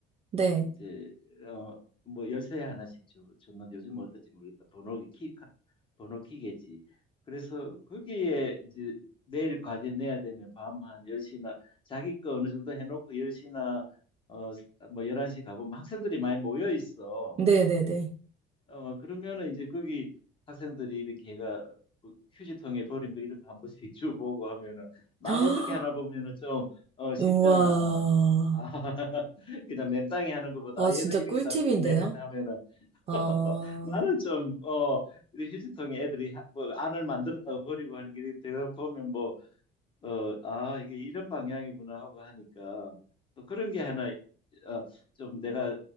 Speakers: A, on the right; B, on the left.
A: 네,
B: 이제 어 뭐 열쇠 하나씩 주, 줬는데 요즘은 어떤지 모르겠다. 번호기 키 가- 번호키겠지. 그래서 거기에 이제 내일 과제 내야 되면 밤 한 10시나 자기 거 어느 정도 해놓고 10시나 어 뭐 11시 가보면 학생들이 많이 모여 있어.
A: 네네네.
B: 어, 그러면은 이제 거기 학생들이 이렇게 해가 그 휴지통에 버린 거 이런 거 한 번씩 <laughs> 주워보고 하면은 남
A: <gasps>
B: 어떻게 하나 보면은 좀 어, 쉽잖아.
A: 우와.
B: 아, <laughs> 그냥 맨땅에 하는 것보다
A: 아,
B: 아,
A: 진짜
B: 얘는 이렇게
A: 꿀팁인데요?
B: 답변해 내는 하면은 <laughs>
A: 아,
B: 나는 좀 어, 이 휴지통에 애들이 하- 뭐 안을 만들었다고 버리고 하는 게 대강 보면 뭐 어, 아, 이게 이런 방향이구나 하고 하니까 또 그런 게 하나 어, 좀 내가